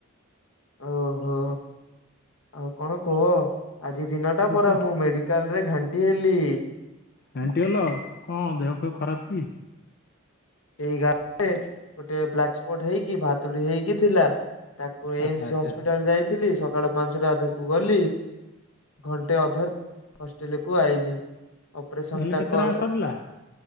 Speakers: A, on the left; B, on the left.
A: ଓହୋ ଆଉ କଣ କୁହ। ଆଜି ଦିନଟା
B: ଆଉ
A: ପରା
B: କହ
A: ମୁଁ ମେଡିକାଲ ରେ ଘାଣ୍ଟି ହେଲି।
B: ଘାଣ୍ଟି ହେଲୋ କଣ ଦେହ ଫେହ ଖରାପ କି?
A: ସେଇ ଗାଲରେ ଗୋଟେ ବ୍ଲାକ୍ ସ୍ପଟ ହେଇକି ଭାତୁଡି ହେଇକି ଥିଲା ତାକୁ ଏ
B: ଆଚ୍ଛା
A: ଏମ ସି
B: ଆଚ୍ଛା
A: ହସ୍ପିଟାଲ ଯାଇଥିଲି ସ ସକାଳ ପାଞ୍ଚଟା ଧକୁ ଗଲି ଘଣ୍ଟେ ଅଧରେ ହଷ୍ଟେଲ କୁ ଆଇଲି ଅପରେସନ
B: ହେଲେ କେତେ
A: ଟା
B: ଟଙ୍କା ସରିଲା